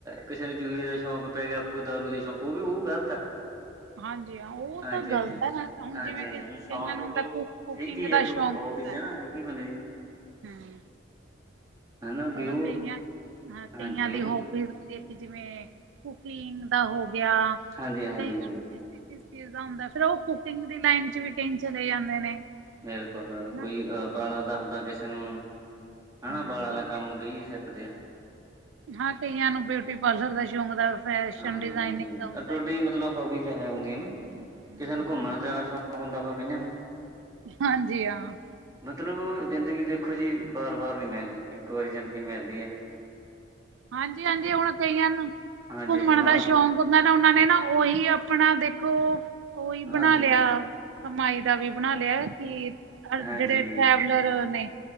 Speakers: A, on the right (about 20°); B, on the right (about 80°).
A: ਕਿਸੇ ਨੂੰ ਜੂਏ ਦਾ ਸ਼ੌਂਕ ਪੈ ਗਿਆ। ਦਾਰੂ ਦਾ ਸ਼ੌਂਕ। ਉਹ ਵੀ ਉਹ ਗ਼ਲਤ ਐ।
B: ਹਾਂਜੀ ਹਾਂ ਉਹ
A: ਹਾਂਜੀ-ਹਾਂਜੀ।
B: ਤਾਂ ਗ਼ਲਤ ਹੈ ਹੁਣ
A: ਹਾਂਜੀ-ਹਾਂਜੀ।
B: ਜਿਵੇਂ ਕਿ ਕਈਆਂ
A: ਵੀ ਸੋ਼ਕ
B: ਨੂੰ ਹੁੰਦਾ
A: ਜੋ
B: ਕੁਕਿੰਗ
A: ਸਹੀ ਚੀਜ਼
B: ਦਾ
A: ਜੋ
B: ਸ਼ੌਕ
A: <unintelligible>
B: ਹੁੰਦਾ
A: ਸਹੀ ਬਣੇ
B: ਹਮ
A: ਹਨਾ ਵੀ
B: ਹੁਣ
A: ਉਹ
B: ਕਈਆਂ, ਹਾਂ
A: ਹਾਂਜੀ
B: ਕਈਆਂ ਦੀ
A: ਉਹ
B: ਹੋ ਦੀ ਕਿ ਜਿਵੇਂ ਕੁਕਿੰਗ ਦਾ ਹੋ ਗਿਆ,
A: ਹਾਂਜੀ ਹਾਂਜੀ
B: ਕਈਆਂ ਨੂੰ ਤੇ ਕਿਸ ਚੀਜ਼ ਦਾ ਹੁੰਦਾ, ਫੇਰ ਉਹ ਕੁਕਿੰਗ ਦੀ ਲਾਈਨ 'ਚ ਵੀ ਕਈ ਚਲੇ ਜਾਂਦੇ ਨੇ
A: ਬਿਲਕੁਲ
B: ਹਨਾ
A: ਕੋਈ ਵਾਲਾਂ ਦਾ ਹੁੰਦਾ ਕਿਸੇ ਨੂੰ ਹਾਂ, ਬਾਂਲਾ
B: ਹਾਂਜੀ
A: ਦਾ ਕੰਮ ਕਈ ਸਿੱਖਦੇ ਆ।
B: ਹਾਂ ਕਈਆਂ ਨੂੰ ਬਿਊਟੀ ਪਾਰਲਰ ਦਾ ਸ਼ੌਂਕ ਦਾ ਫੈਸ਼ਨ
A: ਹਾਂਜੀ-ਹਾਂਜੀ,
B: ਡਿਜ਼ਾਇਨਿੰਗ ਦਾ ਹੁੰਦਾ
A: ਅੱਡੋ-ਅੱਡੀ
B: ਜੀ
A: ਮਤਲਬ ਹੋਬੀਜ਼ ਹੈ ਹੁੰਦੀਆ,
B: ਹਮ
A: ਕਿਸੇ ਨੂੰ ਘੁੰਮਣ
B: ਹਾਂਜੀ
A: ਦਾ ਸੌਂਕ ਹੁੰਦਾ ਵਾ ਕਈਆਂ ਨੂੰ
B: ਹਾਂਜੀ ਆਂ।
A: ਮਤਲਬ, ਜ਼ਿੰਦਗੀ ਦੇਖੋ ਜੀ ਵਾਰ-ਵਾਰ ਨੀ ਮਿਲਣੀ, ਇੱਕ ਵਰੀ ਜ਼ਿੰਦਗੀ ਮਿਲਦੀ ਐ।
B: ਹਾਂਜੀ-ਹਾਂਜੀ ਹੁਨ ਕਈਆਂ ਨੂੰ,
A: ਹਾਂਜੀ
B: ਘੁੰਮਣ
A: ਮਾਣ
B: ਦਾ ਸ਼ੌਕ ਉਹਨਾਂ ਨੇ ਨਾ ਉਹੀ ਆਪਣਾ ਦੇਖੋ, ਉਹੀ
A: ਹਾਂਜੀ-ਹਾਂਜੀ।
B: ਬਣਾ ਲਿਆ ਕਮਾਈ ਦਾ ਵੀ ਬਣਾ ਲਿਆ ਕਿ, ਅ
A: ਹਾਂਜੀ,
B: ਜੇੜੇ ਟ੍ਰੈਵਲਰ ਨੇ